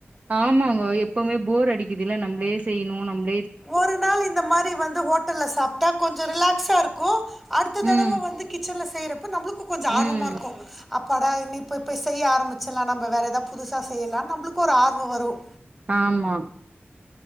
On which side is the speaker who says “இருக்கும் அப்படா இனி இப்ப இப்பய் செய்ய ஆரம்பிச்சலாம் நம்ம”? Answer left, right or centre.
Centre